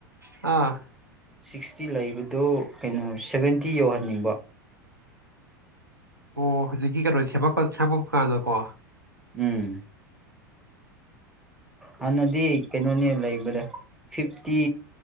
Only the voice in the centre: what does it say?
ꯁꯤꯛꯁꯇꯤ ꯂꯩꯕꯗꯨ ꯀꯩꯅꯣ ꯁꯚꯦꯟꯇꯤ ꯌꯧꯍꯟꯅꯤꯡꯕ
ꯎꯝ ꯍꯥꯟꯅꯗꯤ ꯀꯩꯅꯣꯅꯦ ꯂꯩꯕꯗ ꯐꯤꯐꯇꯤ